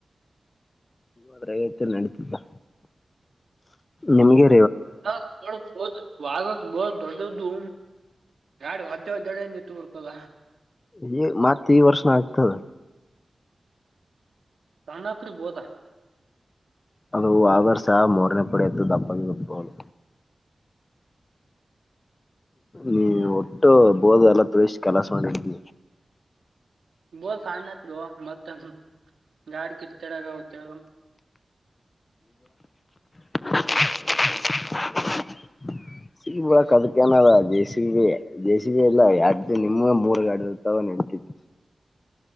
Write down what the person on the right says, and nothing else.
ಹಾ ಒ ಹೌದು ವಾಹದ ವಸ್ರ ದೊಡ್ಡದ್ದು ಗಾಡಿ ಹೊ್ದದ್ದಡ ನಿತ್ತು ಬರ್ತದ
ರ್ಣಕರಿ ಬೋದಾ
ಬೋಲ್ ಸಣ್ಣಕ್ದು ಮತ್ತ ಗಾಡ ಕಿ <unintelligible>